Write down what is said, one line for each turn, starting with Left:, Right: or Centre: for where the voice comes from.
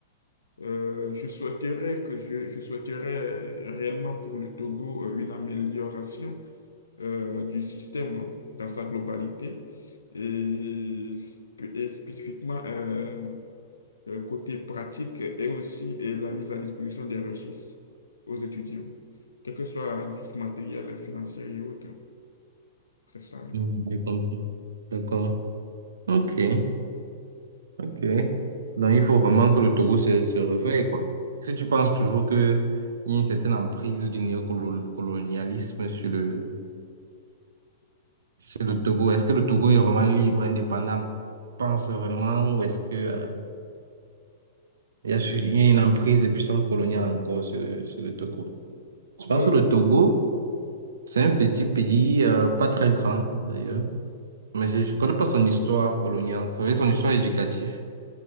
Left: euh, je souhaiterais que je, je souhaiterais réellement pour le Togo euh, une amélioration euh, du système dans sa globalité et, sp- et spécifiquement euh, euh, côté pratique et aussi et la mise à disposition des ressources aux étudiants, quelles que soient les ressources matérielles, financières et autres. C'est ça, oui.
Right: Oui, je comprends. D'accord. OK. Ok. Donc, il faut vraiment que le Togo se, se réveille, quoi. Est-ce que tu penses toujours qu'il y a une certaine emprise du néocolonialisme sur le, sur le Togo? Est-ce que le Togo est vraiment libre, indépendant? Tu penses vraiment ou est-ce que, euh, il y a, su- il y a une emprise des puissances coloniales encore sur le, sur le Togo? Je pense
Left: Euh,
Right: que le Togo, c'est un petit pays, euh, pas très grand d'ailleurs, mais je ne connais pas son histoire coloniale. C'est vrai que son histoire éducative